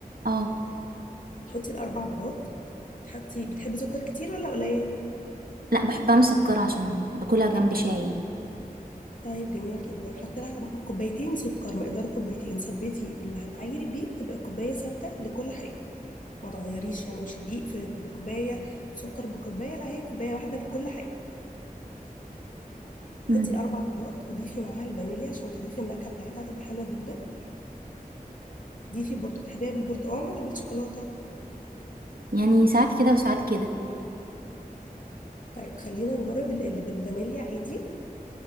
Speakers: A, on the right; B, on the left.
A: اه
B: تحطي الاربع بيضات تحطي بتحبي سكر كتير ولا قليل
A: لا بحبها مسكرة عشان باكلها جنب شاي يعني
B: طيب جميل جدا حط لها كوبايتين سكر مقدار كوبايتين ثبتي اللي هتعيري بيه تبقى الكوبايه ثابته لكل حاجه ما تغيريش يعني مش الدقيق في بكوبايه سكر بكوبايه لا هي كوبايه واحده لكل حاجه حطي
A: مم.
B: اربع بيضات وضيفي معاها الفانيليا عشان تضيفي النكهه بتاعتها تبقى حلوه جدا ضيفي برضه بتحبيها بالبرتقال ولا بالشوكولاته
A: يعني ساعات كده وساعات كده
B: طيب خلينا نجرب ال- اللي بالفانيليا عادي